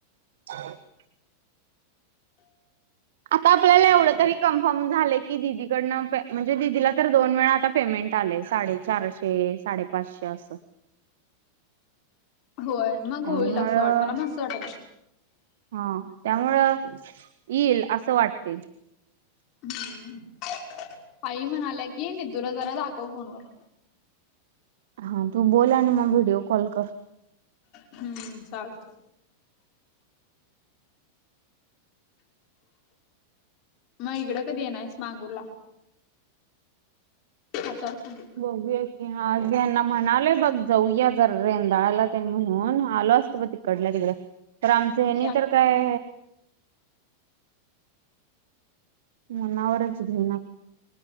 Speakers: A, on the right (about 55°); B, on the left (about 40°).
A: <inaudible> आता आपल्याला एवढं तरी कन्फर्म झालंय की दीदी कडन पे म्हणजे दिदीला तर दोन वेळा आता पेमेंट आलंय साडे चारशे साडेपाचशे असं
B: होय मग
A: त्यामुळं
B: होइल असं वाट मला मस्त वाटत असं-
A: हा त्यामुळं येईल असं वाटतंय
B: हम्म आई म्हणाल्या की निद्दूला जरा दाखव फोनवर
A: हां तू बोल आणि म व्हिडिओ कॉल कर.
B: हम्म चालतंय मग इकडं कधी येणारयेस मांगूर ला. हातावर पाणी
A: बघूया की आज यांना म्हणालोय बघ जाऊया जर रेंदाळ्याला तेनं म्हणून आलो असतो ब तिक कडल्या तिकडं तर आमचं हेनी
B: या
A: तर काय मनावरच घेय ना